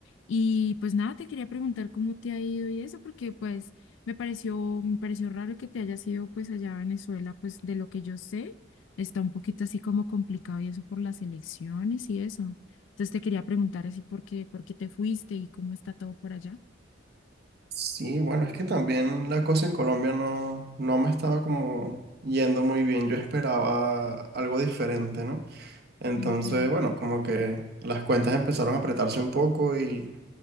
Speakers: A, on the left; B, on the right.
A: Y pues nada, te quería preguntar cómo te ha ido y eso, porque pues me pareció, me pareció raro que te hayas ido pues allá a Venezuela, pues de lo que yo sé, está un poquito así como complicado y eso por las elecciones y eso. Entonces te quería preguntar así por qué, por qué te fuiste y cómo está todo por allá.
B: Sí, bueno, es que también la cosa en Colombia no, no me estaba como yendo muy bien. Yo esperaba algo diferente, ¿no? Entonces,
A: Entiendo.
B: bueno, como que las cuentas empezaron a apretarse un poco y